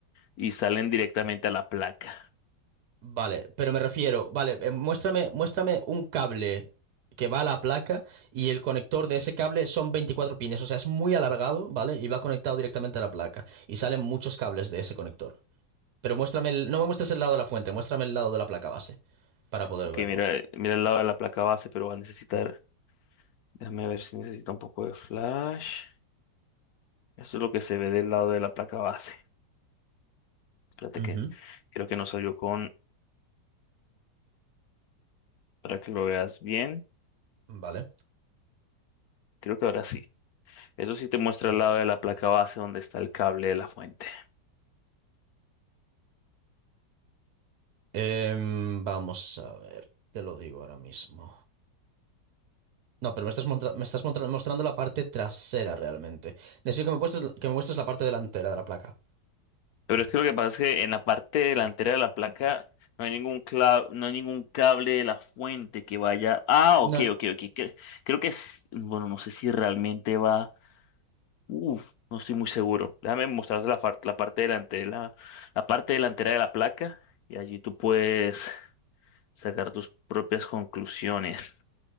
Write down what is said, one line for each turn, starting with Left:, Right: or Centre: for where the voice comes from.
Left: y salen directamente a la placa.
Right: Vale, pero me refiero, vale, eh, muéstrame, muéstrame un cable que va a la placa y el conector de ese cable son 24 pines, o sea, es muy alargado, ¿vale? Y va conectado directamente a la placa y salen muchos cables de ese conector. Pero muéstrame el- no me muestres el lado de la fuente, muéstrame el lado de la placa base para poder
Left: Ok,
Right: verlo,
Left: mira, mira el lado de la placa base, pero va a necesitar Déjame ver si necesita un poco de flash. Eso es lo que se ve del lado de la placa base. Espérate
Right: Ujú.
Left: que creo que no salió con para que lo veas bien.
Right: ¿vale?
Left: Creo que ahora sí. Eso sí te muestra el lado de la placa base donde está el cable de la fuente.
Right: Em, vamos a ver, te lo digo ahora mismo. No, pero me estás, montra- me estás montra- mostrando la parte trasera realmente. Necesito que me muestres, que me muestres la parte delantera de la placa.
Left: Pero es que lo que pasa es que en la parte delantera de la placa no hay ningún cla- no hay ningún cable de la fuente que vaya. Ah,
Right: No,
Left: ok, ok, ok. cre- Creo que es, bueno, no sé si realmente va. Uf, no estoy muy seguro. Déjame mostrarte la, far- la parte delantera, la, la parte delantera de la placa y allí tú puedes sacar tus propias conclusiones.